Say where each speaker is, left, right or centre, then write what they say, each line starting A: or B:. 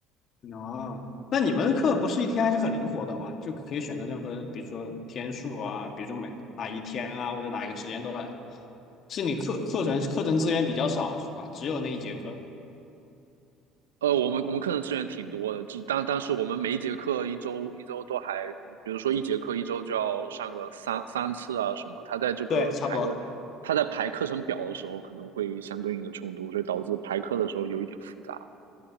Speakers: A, on the left; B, on the right.
A: 啊，那你们的课不是一天还是很灵活的吗？就可以选择任何，比如说天数啊，比如说每哪一天啊，或者哪一个时间段。是你课课程课程资源比较少是吧？只有那一节课。
B: 呃，我们我们课程资源挺多的，只但但是我们每一节课一周一周都还，比如说一节课一周就要上个三三次啊什么，他在这个排的，
A: 对，差不多。
B: 他在排课程表的时候可能会相对应的冲突，所以导致排课的时候有一点复杂。